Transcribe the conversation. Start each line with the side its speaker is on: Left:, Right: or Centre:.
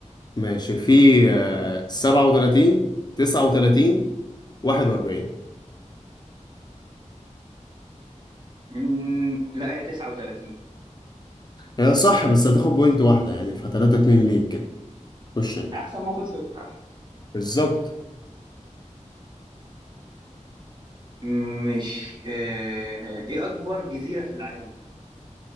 Left: ماشي في آه، 37 39 41
Right: مم، لا هي 39
Left: هي صح بس هتاخد بوينت واحدة يعني ف 3 2 ليك كده خش انت
Right: أحسن ما أخد صفر
Left: بالظبط
Right: مش آه إيه أكبر جزيرة في العالم؟